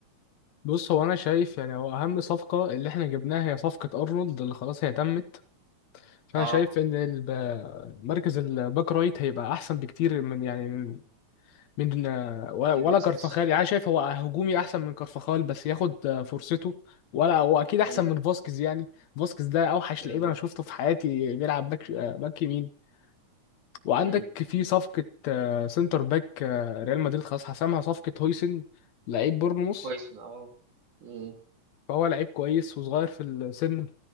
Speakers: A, on the left; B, on the right.
A: بص هو انا شايف يعني هو اهم صفقه اللي احنا جبناها هي صفقه ارنولد اللي خلاص هي تمت فانا
B: اه
A: شايف ان الب... مركز الباك رايت هيبقى احسن بكتير من يعني من من آه، ولا
B: كين
A: ولا
B: فاسكيز
A: كارفاخال يعني أنا شايف هو هجومي احسن من كارفاخال بس ياخد آه، فرصته ولا هو اكيد احسن
B: امم
A: من فاسكيز يعني فاسكيز ده اوحش
B: بالظبط
A: لعيب انا شفته في حياتي بيلعب باك آه، باك يمين وعندك
B: امم
A: في صفقة آه، سنتر باك آه، ريال مدريد خلاص حسمها صفقة هويسن لعيب بورنموث
B: كويس اه امم
A: فهو لعيب كويس وصغير في السن